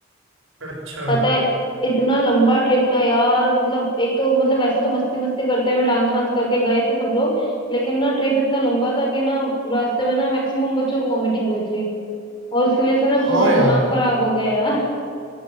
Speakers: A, on the right (about 75°); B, on the left (about 25°).
A: अच्छा
B: पता है इतना लंबा ट्रिप था यार मतलब एक तो मतलब वैसे तो मस्ती मस्ती करते में डांस वांस करके गए थे सब लोग लेकिन ना ट्रिप इतना लंबा था कि ना रास्ते में ना मैक्सिमम बच्चों को वॉमिटिंग हुई थी और उसकी वजह से ना
A: हाँ
B: पूरा दिमाग
A: यार
B: खराब हो गया यार